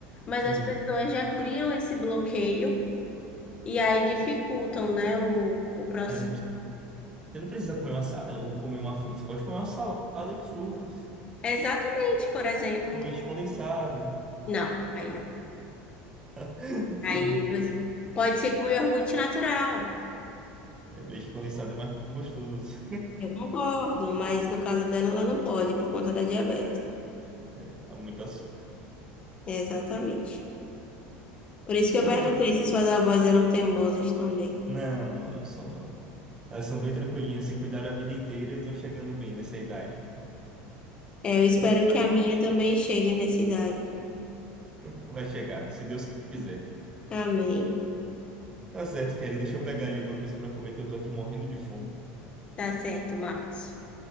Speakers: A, on the left; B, on the right.
A: mas
B: Sim.
A: as pessoas já criam esse bloqueio. E aí dificultam, né, o, o processo.
B: é, Você não precisa comer uma, sa- eh, um, comer uma fruta, você pode comer uma salada de frutas,
A: É Exatamente, por exemplo.
B: com leite condensado.
A: Não, aí não.
B: <laughs>
A: Aí
B: Tô brincando.
A: você... pode ser com iogurte natural.
B: É, leite condensado é mais gostoso.
A: Eu concordo, mas no caso dela, ela não pode, por conta da diabetes.
B: É, há muito açúcar.
A: Exatamente. Por isso que
B: Ah,
A: eu perguntei
B: então...
A: se suas avós eram teimosas também.
B: Não, não, não são não. Elas são bem tranquilinhas, se cuidaram a vida inteira e estão chegando bem nessa idade.
A: É, eu espero
B: <laughs>
A: que a minha também chegue nessa idade.
B: Vai chegar, se Deus quiser.
A: Amém.
B: Tá certo, querido. Deixa eu pegar ali alguma coisa pra comer que eu tô aqui morrendo de fome.
A: Tá certo, Marcos.